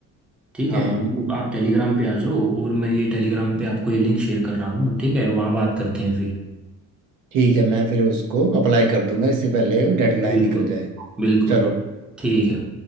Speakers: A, in the centre; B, on the right.
A: ठीक
B: हाँ
A: है मतलब आप टेलीग्राम पे आ जाओ और मैं ये टेलीग्राम पे आपको ये लिंक शेयर कर रहा हूँ ठीक है वहाँ बात करते हैं फिर
B: ठीक है मैं फिर उसको अप्लाई कर दूंगा इससे पहले डेडलाइन
A: बिल्कुल
B: निकल जाए
A: बिल्कुल
B: चलो
A: ठीक है